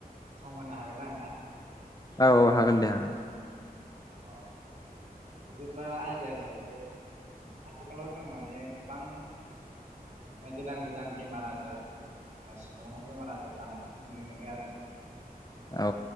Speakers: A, on the right; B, on the left.
A: सम होनो हागोनदा नोंथांङा
B: औ औ हागोन दे हागोन
A: औ बिदिब्ला आयदाया जाहैबाय आथिखालाव जों माने गोबां गोदान गोदान बेमार आजार सुबुंनाव बेमार आजार जानायफोरखौ नुनो मोनदों आरो
B: औ